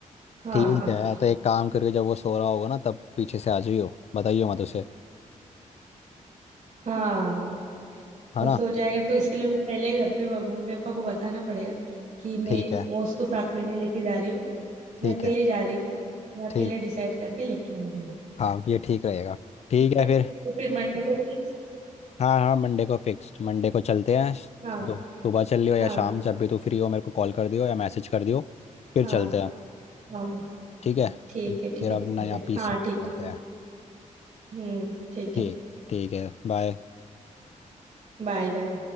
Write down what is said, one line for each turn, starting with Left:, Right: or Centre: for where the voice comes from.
Right: हाँ
Left: ठीक है तो एक काम करके जब वो सो रहा होगा ना तब पीछे से आ जाइयो बताइयो मत उसे
Right: हाँ
Left: है
Right: वो
Left: ना
Right: सो जाएगा तो इसके लिए मैं पहले घर पे ब- मम्मी पापा को बताना पड़ेगा कि मैं
Left: ठीक है
Right: वो उसको साथ में नहीं लेके जा रही हूँ
Left: ठीक
Right: मैं अकेले
Left: है
Right: जा रही हूँ मैं अकेले
Left: ठीक
Right: डिसाइड करके लेके आऊंगी
Left: हाँ ये ठीक रहेगा ठीक
Right: ठीक
Left: है
Right: है
Left: फिर
Right: तो फिर मंडे को फिक्स
Left: हाँ हाँ मंडे को फिक्स मंडे को चलते हैं
Right: हाँ
Left: दो सुबह चल लियो या
Right: हाँ
Left: शाम जब भी तू फ्री हो मेरे को कॉल कर दियो या मैसेज कर दियो फिर
Right: हाँ
Left: चलते
Right: हाँ
Left: हैं
Right: हाँ,
Left: ठीक है
Right: ठीक
Left: फिर
Right: है ठीक
Left: फिर
Right: है
Left: अपना
Right: चलते
Left: यहाँ पीसी
Right: हाँ
Left: लेके
Right: ठीक है
Left: आते
Right: चलते।
Left: हैं
Right: हम्म ठीक
Left: ठीक
Right: है
Left: ठीक है बाय
Right: Bye bye